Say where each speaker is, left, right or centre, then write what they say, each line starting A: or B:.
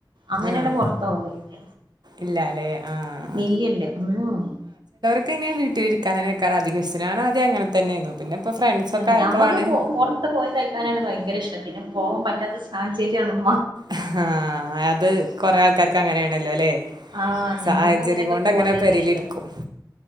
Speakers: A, on the right; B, on the right.
A: അങ്ങനെയാണ്
B: ആഹ്
A: പൊറത്ത് പോവലില്ല
B: ഇല്ലാല്ലേ? ആഹ്
A: മില്ലല്ല മ്മ് ഹ്
B: ക്കെനെ വീട്ടിൽഇരിക്കാനെ നെ ക്കും അധികം ഇഷ്ടം ഞാൻ ആദം അങ്ങനെ തന്നേന്നു. പിന്നെ ഇപ്പോ ഫ്രണ്ട്സൊക്കെ ആയപ്പളാണ്
A: ഞമ്മക്ക് പുറത്ത് പോയി കഴിക്കാനാണ് ഭയങ്കര ഇഷ്ടം പിന്നെ പോകൻ പറ്റാത്ത സാഹചര്യണ്
B: ആഹ അത് കൊരെ ക്കർക്ക് അങ്ങനെയണല്ലോല്ലെ
A: ആഹ്
B: സാഹചര്യം
A: ഞമ്മക്ക് അങ്ങനെയൊക്കെ
B: കൊണ്ട്
A: പോകാൻ
B: അങ്ങനെ
A: തന്നെ
B: പേരില്
A: ഇഷ്ടം
B: ഇരിക്കും